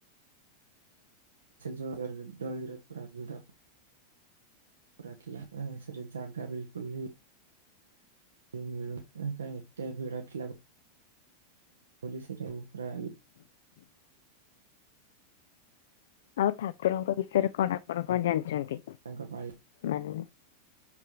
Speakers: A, on the right (about 75°); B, on the left (about 65°).
A: ଜୋରେ ନଳରପ ମିଡ଼ <unintelligible> ର ସେ ଜାଗ୍ ବିଲକୁଲ ହ ସେ ମିଳୁ କ ଏଟା ଭିଡ଼ଟ ଲଗ ପୋଲିସ ଏ ଉଫ୍ରଲ
B: ଆଉ ଠାକୁରଙ୍କ ବିଷୟରେ କଣ ଆପଣ କଣ ଜାଣିଛନ୍ତି
A: ତାଙ୍କ ପାଳି
B: ମାନେ